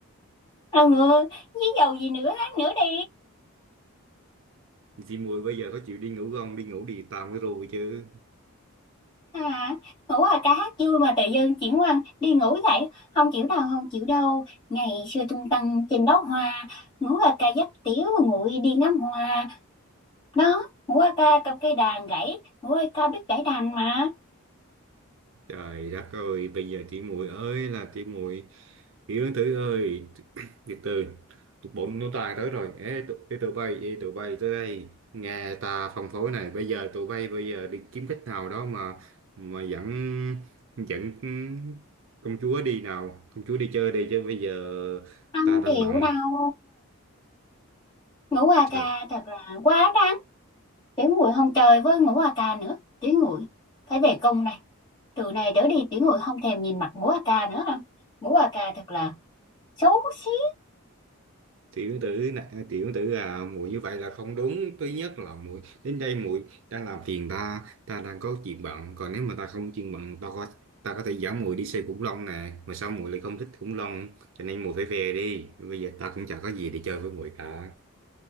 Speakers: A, on the left; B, on the right.
A: à ngựa với dầu gì nữa hát nữa đi
B: Chị muội bây giờ có chịu đi ngủ không? Đi ngủ đi tạm với rồi chứ.
A: à ngủ qua ca hát vui mà tự dưng chuyển qua đi ngủ dậy không chịu đâu không chịu đâu ngày xưa tung tăng trên đó hoa ngủ qua ca dắt tiểu nguội đi ngắm hoa đó ngủ qua ca cầm cây đàn gãy ngủ qua ca biết gãy đàn mà
B: Trời đất ơi, bây giờ tí muội ơi là tí muội Yến Tử ơi, <clears throat> từ từ, tụi bốn nó tài tới rồi. Ê, tụi, ê, tụi bay, ê, tụi bay tới đây. Nghe ta phân phối này, bây giờ tụi bay bây giờ đi kiếm cách nào đó mà mà dẫn dẫn công chúa đi nào, công chúa đi chơi đi chứ bây giờ
A: không
B: ta đang
A: chịu
B: bận.
A: đâu ngủ qua
B: Sao?
A: ca thật là quá đáng tiểu nguội không chơi với ngủ qua ca nữa tiểu nguội phải về công này từ này trở đi tiểu người không thèm nhìn mặt ngũ a ca nữa hả ngũ a ca thật là xấu xí
B: tiểu tử này tiểu tử à muội như vậy là không đúng thứ nhất là muội đến đây muội đang làm phiền ta ta đang có chuyện bận còn nếu mà ta không chuyện bận ta có ta có thể dẫn muội đi xem khủng long nè mà sao muội lại không thích khủng long cho nên muội phải về đi bây giờ ta cũng chẳng có gì để chơi với muội cả